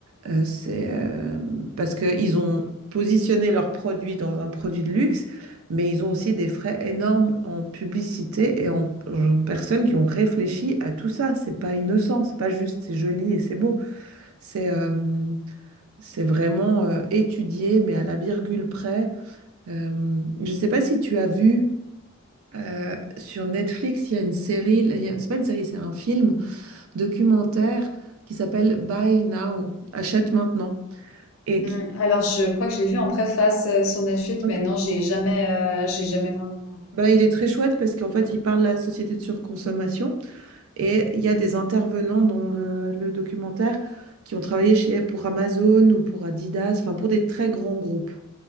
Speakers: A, on the right (about 80°); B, on the left (about 75°).
A: Euh, c'est euh, parce qu'ils ont positionné leurs produits dans un produit de luxe, mais ils ont aussi des frais énormes en publicité et en, en personnes qui ont réfléchi à tout ça. C'est pas innocent, c'est pas juste, c'est joli et c'est beau. C'est euh, c'est vraiment euh, étudié, mais à la virgule près euh, je ne sais pas si tu as vu euh, sur Netflix, il y a une série, il y a- c'est pas une série, c'est un film documentaire qui s'appelle Buy Now, achète maintenant. Et
B: Mm,
A: qui,
B: Alors, je crois que je l'ai vu en préface euh, sur Netflix,
A: Ok.
B: mais non, j'ai jamais, euh, j'ai jamais vraiment.
A: bah, il est très chouette parce qu'en fait, il parle de la société de surconsommation et il y a des intervenants dans le, le documentaire qui ont travaillé chez, pour Amazon ou pour Adidas, enfin pour des très grands groupes.